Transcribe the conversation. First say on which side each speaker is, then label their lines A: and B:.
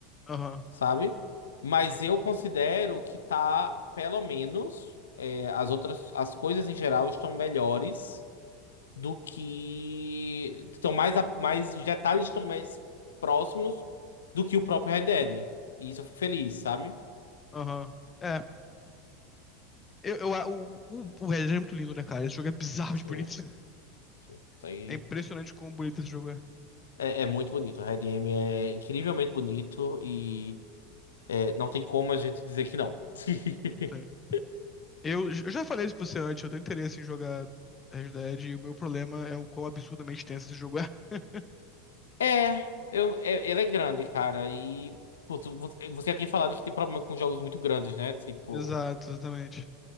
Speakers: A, on the left; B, on the left.
A: Aham,
B: sabe? Mas eu considero que tá, pelo menos, é, as outras, as coisas em geral estão melhores do que estão mais, a- mais, os detalhes estão mais próximos do que o próprio Red Dead. E isso eu fico feliz, sabe?
A: aham. É. Eu, eu- a- o, o, o Red Dead é muito lindo, né, cara? Esse jogo é bizarro
B: Sim,
A: de bonito. <laughs>
B: sim. Isso aí
A: É impressionante como bonito esse jogo é.
B: é, é muito bonito. O Red M é incrivelmente bonito e é, não tem como a gente dizer que não. <laughs>
A: Sim. Eu, eu já falei isso pra você antes, eu tenho interesse em jogar Red Dead e o meu problema é o quão absurdamente tenso esse jogo é. <laughs>
B: É, eu, é- ele é grande, cara. E putz, você você tinha falado que tem problema com jogos muito grandes, né? Tipo,
A: Exato, exatamente.